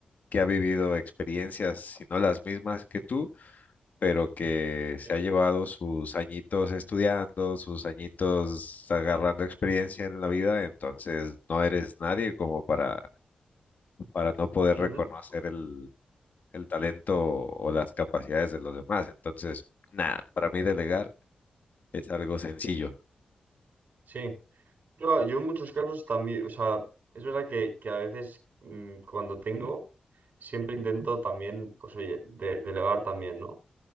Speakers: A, on the left (about 60°); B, on the right (about 65°).
A: que ha vivido experiencias, si no las mismas que tú pero que se
B: Ok.
A: ha llevado sus añitos estudiando, sus añitos agarrando experiencia en la vida, entonces no eres nadie como para, para no poder
B: Ujú.
A: reconocer el, el talento o las capacidades de los demás. Entonces, nada, para mí delegar es algo sencillo.
B: Sí, yo, yo en muchos casos también, o sea, es verdad que, que a veces mm, cuando tengo, siempre intento también, pues oye, de- delegar también, ¿no?